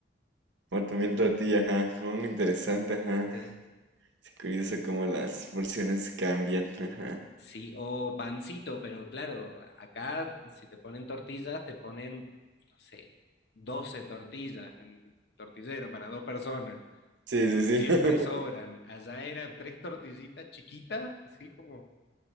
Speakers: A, on the right; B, on the left.
A: O también tortilla, ajá. Oh, interesante, ajá.
B: Sí.
A: Es curioso cómo las porciones cambian, ajá.
B: Sí, o pancito, pero claro, acá si te ponen tortillas, te ponen, no sé, 12 tortillas, en- tortillero para dos personas.
A: Sí, sí,
B: Siempre
A: sí. <laughs>
B: sobran. Allá era tres tortillitas chiquitas, así como...